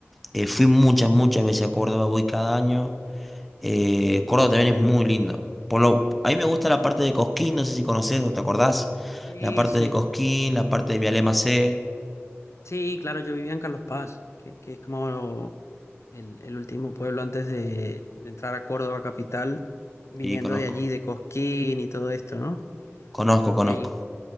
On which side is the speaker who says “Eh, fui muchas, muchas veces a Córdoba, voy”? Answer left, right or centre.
Centre